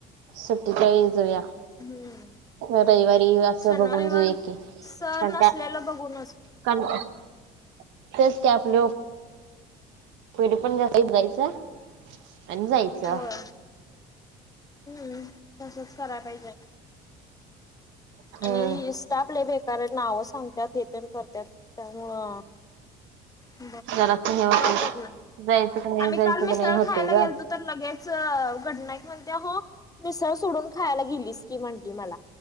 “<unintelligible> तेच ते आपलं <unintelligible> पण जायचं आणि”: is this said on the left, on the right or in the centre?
Right